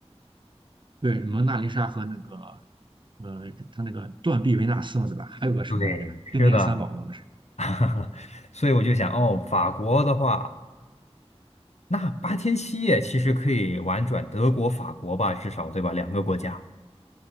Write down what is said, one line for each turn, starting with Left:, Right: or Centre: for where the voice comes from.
Right: 对，蒙娜丽莎和那个呃，他那个断臂维纳斯嘛，对吧？还有个什么来着？
Left: 对，
Right: 镇店三宝嘛，
Left: 是的。
Right: 不是？
Left: <laughs> 所以我就想，哦，法国的话。那八天七夜其实可以玩转德国、法国吧，至少对吧？两个国家。